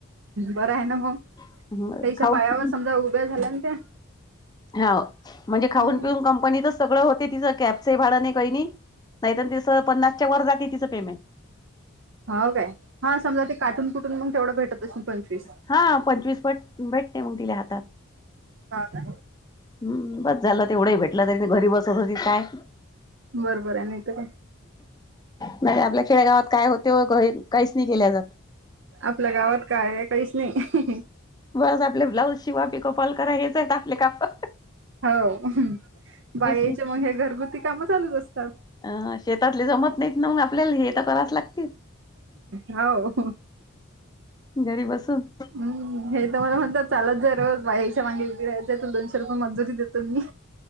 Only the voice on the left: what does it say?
नाही
खाऊन
पिऊन
हा म्हणजे
खाऊन पिऊन कंपनी तर सगळं होते तिचं कॅपस भाडं नाही काही नाही. नाहीत तिस पन्नासच्या वर जाते तिचं पेमेंट
हा पंचवीस पट भेटते मग तिला हातात
हम् ब झालं तेवढं भेटला तरी घरी बसत हो काय
नाहीरे आपल्या खेळ्या गावात काय होते काहीच नाही केल्या जात
बस आपले ब्लाऊज शिवा पीिकपाॉल करा हेच आहेत आपले काप
नाही
अ शेतातले जमत नाहीत ना मग आपल्याला हे तर करायच लागतील
घरी बसून